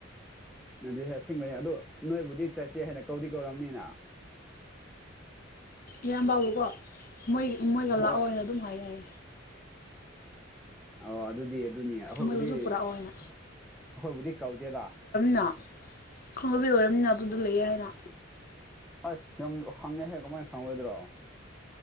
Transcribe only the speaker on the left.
ꯏꯌꯥꯝꯕꯕꯀꯣ ꯃꯣꯏ ꯃꯣꯏꯒ
ꯂꯥꯛꯑꯣ ꯍꯥꯏꯅ ꯑꯗꯨꯝ ꯍꯥꯏꯒꯌꯦ
ꯃꯣꯏꯕꯨꯁꯨ
ꯄꯨꯔꯛꯑꯣ ꯍꯥꯏꯅ
ꯅ ꯈꯪꯍꯧꯕꯕꯤ ꯑꯣꯏꯔꯕꯅꯤꯅ ꯑꯗꯨꯗ ꯂꯩꯌꯦ ꯍꯥꯏꯅ